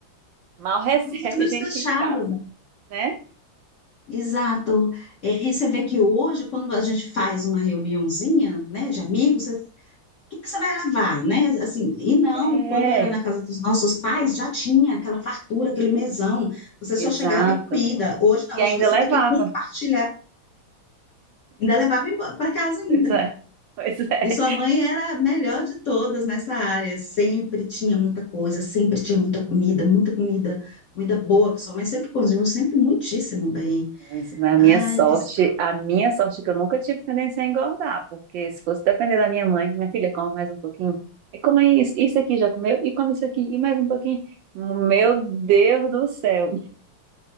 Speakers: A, on the right (about 75°); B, on the left (about 55°).
A: mal <laughs> recebe
B: Muito mais
A: gente
B: fechado.
A: em casa, né?
B: Exato. É, E, você vê que hoje, quando a gente faz uma reuniãozinha, né, de amigos, você- o que que você vai levar, né? Assim, e não,
A: É,
B: quando era na casa dos nossos pais, já tinha aquela fartura, aquele mesão. Você só
A: exato.
B: chegava e comida. Hoje não,
A: E ainda
B: hoje você
A: levava.
B: tem que compartilhar. Ainda levava para casa ainda.
A: Pois é, pois é.
B: E sua mãe era a melhor de todas nessa área, sempre tinha muita coisa, sempre tinha muita comida, muita comida, comida boa, que sua mãe sempre cozinhou, sempre muitíssimo bem.
A: Pois, mas a
B: Ai,
A: minha sorte,
B: que. sa-
A: a minha sorte é que eu nunca tive tendência a engordar, porque se fosse depender da minha mãe, minha filha, come mais um pouquinho, e come isso, isso aqui já comeu, e come isso aqui, e mais um pouquinho. Meu Deus do céu.